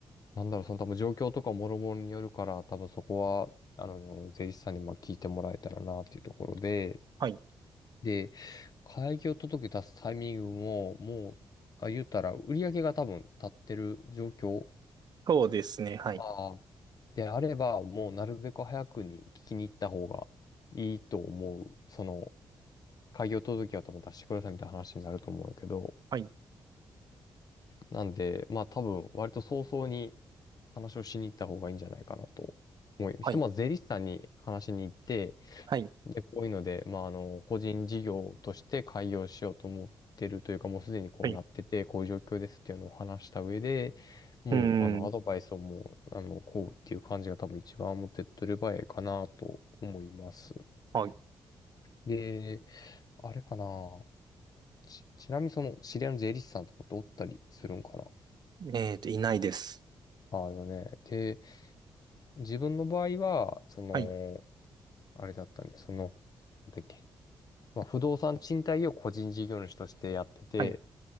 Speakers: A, on the left; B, on the right.
A: なんだろう、その多分状況とかもろもろによるから、多分そこは、あの、税理士さんにまあ聞いてもらえたらなっていうところで、
B: はい。
A: で、開業届出すタイミングも、もう、あ、言ったら、売り上げが多分立ってる状況。
B: そうですね。はい。
A: ああ。であれば、もうなるべく早くに聞きに行った方がいいと思う。その、開業届は多分出してくださいみたいな話になると思うんやけど。
B: はい。
A: なんで、まあ多分、割と早々に話をしに行った方がいいんじゃないかなと思う。
B: はい。
A: ひとまず税理士さんに話しに行って、
B: はい。
A: で、こういうので、まあ、あの、個人事業として開業しようと思ってるというか、もうすでにこうなってて、
B: はい。
A: こういう状況ですっていうのを話した上で、もう、
B: うーん。
A: あの、アドバイスをもう、あの、こうっていう感じが多分一番持って取る場合かなと思います。
B: はい。
A: で、あれかな。ち、ちなみにその、知り合いの税理士さんとかっておったりするんかな。
B: えっと、いないです。
A: ああよね。で、自分の場合は、その、
B: はい。
A: あれだったんで、その、なんだっけ。まあ、不動産賃貸業を個人事業主としてやってて、
B: はい。